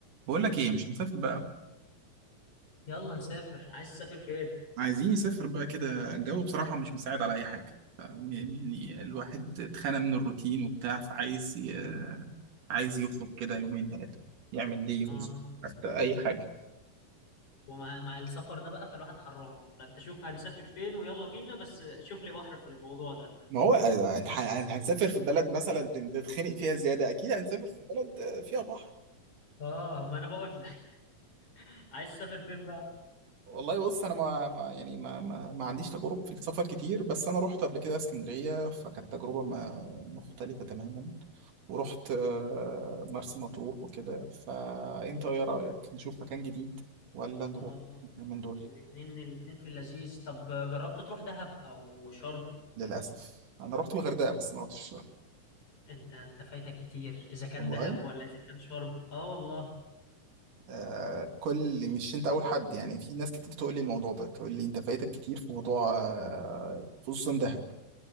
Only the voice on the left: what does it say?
يلا نسافر عايز تسافر فين
آه
ومع مع السفر ده بقى فالواحد حران فانت شوف هنسافر فين ويلا بينا بس شوف لي بحر في الموضوع ده
اه ما انا بقول لك <laughs> عايز تسافر فين بقى
آه
الاتنين الاتنين في اللذيذ طب جربت تروح دهب او شرم
انت انت فايتك كتير اذا كان
دهب ولا اذا كان شرم اه والله